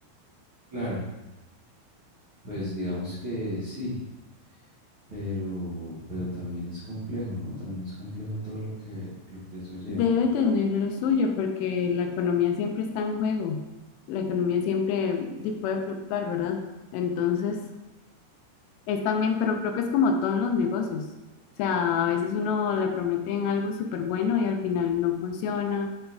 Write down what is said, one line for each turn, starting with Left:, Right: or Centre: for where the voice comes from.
Right: claro. Pues digamos que sí, pero, pero también es complejo, ¿no? También es complejo todo lo que, lo que eso lleva.
Left: Debe tener lo suyo porque la economía siempre está en juego, la economía siempre di, puede fluctuar, ¿verdad? Entonces, es también, pero creo que es como todo en los negocios. O sea, a veces uno le prometen algo súper bueno y al final no funciona.